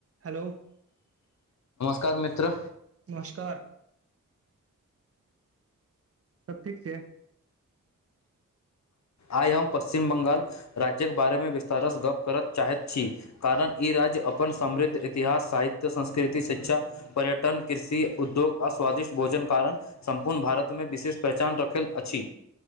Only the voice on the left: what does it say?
कर मित्र
आइ हम पश्चिम बंगाल राज्यक बारेमे विस्तारसँ गप करत चाहैत छी कारण ई राज्य अपन समृद्ध इतिहास साहित्य संस्कृति शिक्षा पर्यटन कृषि उद्योग आ स्वादिष्ट भोजन कारण सम्पूर्ण भारतमे विशेष पहचान रखल अछि